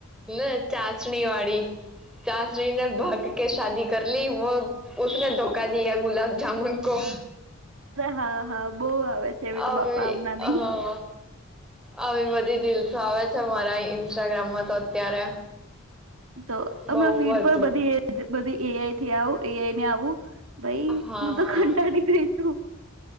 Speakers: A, in the centre; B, on the right.
A: ના ચાશણી વાળી ચાશણીને ભાગ કે શાદી કરલી વને ધોખા દિયા ગુલાબ જામુન કો
B: હા હા બહુ આવે છે એવી તો
A: આવી
B: બાપા હમનાં ની
A: હા આવી બધી રીલ્સ આવે છે મારા ઇન્સ્ટાગ્રામમાં તો અત્યારે
B: તો
A: બહુ
B: હમણાં ફીડ પર
A: જ
B: બધી એજ બધી એઆઈ થી આવો એઆઈ ને આવું ભાઈ
A: હા
B: હું તો કંટાળી ગય છું